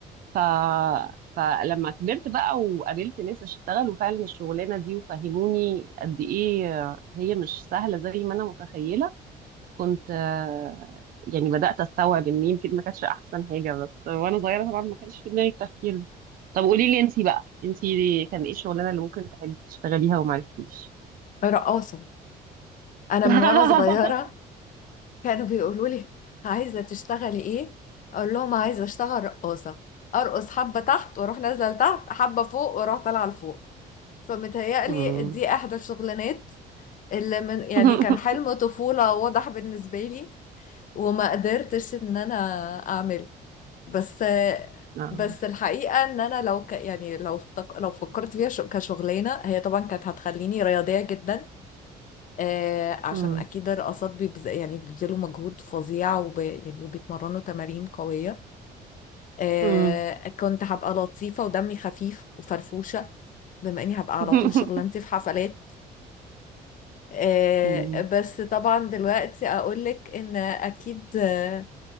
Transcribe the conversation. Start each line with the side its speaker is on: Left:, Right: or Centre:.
Right: ف... فلما كبرت بقى وقابلت ناس اشتغل وفعلا الشغلانة دي وفهموني قد ايه آه، هي مش سهلة زي ما انا متخيلة كنت آه، يعني بدأت أستوعب إن يمكن ما كانتش أحسن حاجة بس وأنا صغيرة طبعا ما كانش في دماغي التفكير ده طب قولي لي أنتي بقى أنتي كان إيه الشغلانة اللي ممكن تحبي تشتغليها وما عرفتيش؟
Left: رقاصه انا
Right: <laughs>
Left: من وانا صغيره كانوا بيقولوا لي عايزة تشتغلي ايه اقول لهم عايزة اشتغل رقاصة ارقص حبة تحت واروح نازلة لتحت حبة فوق واروح طالعة لفوق فمتهيألي
Right: مم.
Left: دي احدى الشغلانات اللي من يعني
Right: <laughs>
Left: كان حلم طفولة واضح بالنسبة لي وما قدرتش ان انا اعمله بس
Right: آه.
Left: بس الحقيقة ان انا لو ك يعني لو افتك... لو فكرت فيها ش- كشغلانة هي طبعا كانت هتخليني رياضية جدا آه عشان
Right: مم.
Left: اكيد الرقصات بيبز... يعني بيبذلوا مجهود فظيع وب... يعني وبيتمرنوا تمارين قوية آه
Right: مم.
Left: كنت هبقى لطيفة ودمي خفيف وفرفوشة بما اني هبقى
Right: <laughs>
Left: على طول شغلانتي في حفلات آه
Right: مم.
Left: بس طبعا دلوقتي اقولك ان اكيد آه